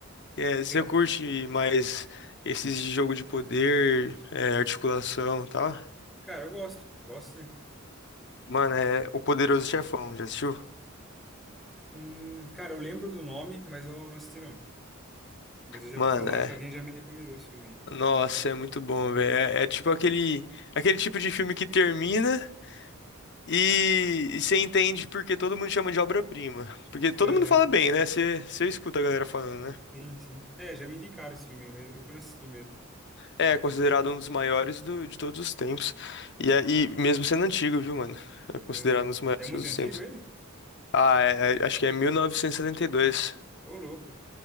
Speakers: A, on the left; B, in the centre.
A: É,
B: O
A: você
B: quê?
A: curte mais esses de jogo de poder, é, articulação e tal?
B: Cara, eu gosto. Gosto sim.
A: Mano, é O Poderoso Chefão, já assistiu?
B: Hum, cara, eu lembro do nome, mas eu não assisti não. Mas eu já
A: Mano,
B: ouvi falar,
A: é.
B: acho que alguém já me recomendou esse filme
A: Nossa, é muito bom, velho. É, é tipo aquele, aquele tipo de filme que termina e, e você entende porque todo mundo chama de obra-prima. Porque todo
B: aí. Aham.
A: mundo fala bem, né? Você, você escuta a galera falando, né?
B: Sim, sim. É, já me indicaram esse filme, mas eu que não assisti mesmo.
A: É é considerado um dos maiores do- de todos os tempos. E, é- e mesmo sendo antigo, viu, mano? É considerado
B: Aham.
A: um dos maiores
B: É muito
A: de todos os
B: antigo
A: tempos.
B: ele?
A: Ah, é- é- acho que é mil novecentos e setenta e dois
B: Ô, louco.